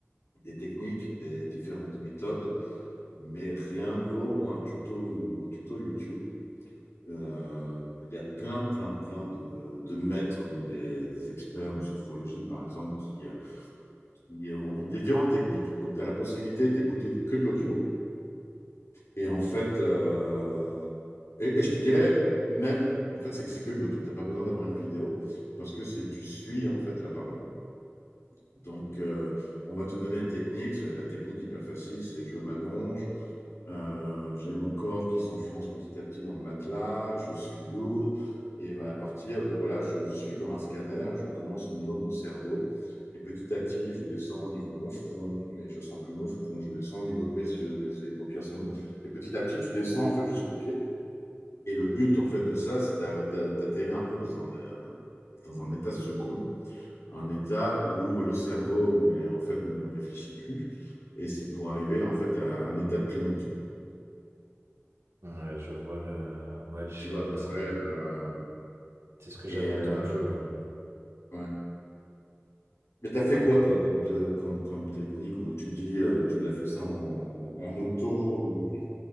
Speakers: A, on the left (about 85°); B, on the right (about 85°).
A: des techniques, des différentes méthodes. Mais rien ne vaut moi un tuto, un tuto YouTube. Euh, Il y a plein, plein, plein de, de maîtres ou des, des experts en sophrologie, par exemple, qui, euh, qui ont, ont différentes techniques. Donc, tu as la possibilité d'écouter que de l'audio Et en fait, euh, et, et je te dirais même, en fait, c'est que c'est que de l'audio. Tu n'as pas besoin d'avoir une vidéo parce que c'est tu suis en fait la parole. Donc, euh, on va te donner une technique. c'est La technique hyper facile, c'est je m'allonge, euh, j'ai mon corps qui s'enfonce petit à petit dans le matelas, je suis lourd. Et voilà, à partir de, voilà, je suis comme un scanner, je commence au niveau de mon cerveau. Et petit à petit, je descends au niveau de mon front, et je ne sens plus mon front, je descends au niveau de mes yeux, mes les paupières sont lourdes. Et petit à petit, tu descends en fait jusqu'aux pieds. Et le but en fait de ça, c'est d'atterrir un peu dans un, dans un état second, un état où le cerveau, mais en fait, ne réfléchit plus. Et c'est pour arriver en fait à un état de plénitude.
B: Ouais, je vois le ouais le schéma,
A: tu vois à peu
B: c'est
A: près.
B: vrai,
A: euh,
B: c'est ce que j'avais
A: et,
B: entendu,
A: euh,
B: ouais.
A: ouais. Mais t'as fait
B: Ah,
A: quoi, toi, comme, te- comme, comme technique, où tu dis, euh, tu l'as fait ça en, en auto ou,